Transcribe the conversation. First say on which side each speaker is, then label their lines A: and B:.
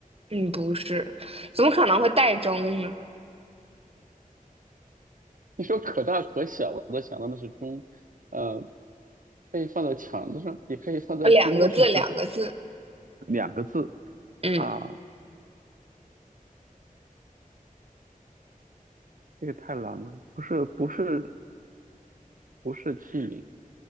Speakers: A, on the right; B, on the right.
A: 嗯，不是，怎么可能会带中呢？
B: 你说可大可小，我都想到那是钟，呃，可以放在墙子上，也可以放在桌子上，
A: 两个字，两个字。
B: 两个字
A: 嗯，
B: 啊，这个太难了，不是不是不是器皿